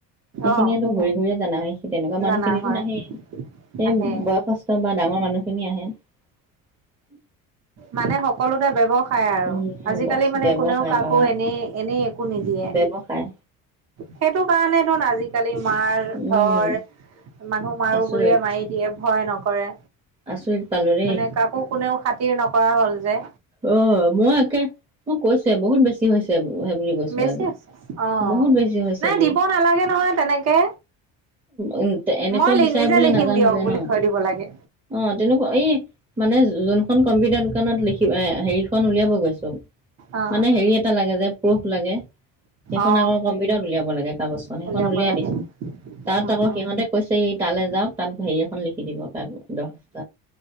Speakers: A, on the right; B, on the right.
A: সেইখিনিয়েতো
B: অ
A: ঘূৰি ঘূৰি জানা হয়। তেনেকুৱা মানুহখিনিতো
B: জানা হয়
A: নাহেই সেই
B: আহে
A: বয়সস্থ বা ডাঙৰ মানুহখিনি আহে। উম।
B: মানে সকলোতে ব্যৱসায়। খাই আৰু
A: উম
B: আজিকালি মানে
A: ব্যৱসায়
B: কোনেও কাকো
A: বা
B: এনে এনে একো নিদিয়ে।
A: ব্যৱসায়
B: সেইটো কাৰণে আজিকালি মাৰ
A: উম
B: ধৰ। মানুহ মাৰো
A: আচৰিত
B: বুলিয়ে মাৰি দিয়ে ভয় নকৰে
A: আচৰিত পালো দেই
B: মানে কাকো। কোনেও খাতিৰ নকৰা হ'ল যে।
A: অহ, মই একে, মই কৈছোৱে বহুত বেছি হৈছে হে বুলি কৈছোঁ
B: বেছি
A: আজি।
B: আছে অ
A: বহুত বেছি হৈছে
B: নাই
A: মোৰ।
B: দিব নালাগে নহয় তেনেকে
A: উ- এনেকুৱা
B: মই
A: বিচাৰে
B: নিজে
A: বুলি
B: লিখিম
A: নাজানো
B: দিয়ক
A: যে
B: বুলি
A: ন',
B: থৈ দিব লাগে
A: অ' তেনেকুৱা এই মানে যোনখন কম্পিউটাৰ দোকানত লিখি হেৰি হেখন উলিয়াব গৈছো
B: অ
A: মানে হেৰি এটা লাগে যে প্ৰুফ লাগে। সেইখন
B: অ অ
A: আকৌ কম্পিউটাৰত উলিয়াব লাগে কাগজখন সেইখন
B: উলিয়াব
A: উলিয়াই
B: লাগে
A: দিছে। তাত
B: উম
A: আকৌ
B: উম
A: সিহঁতে কৈছে এই তালৈ যাওক তাত হেৰি এখন লিখি দিব তাক দৰ্সাস্ত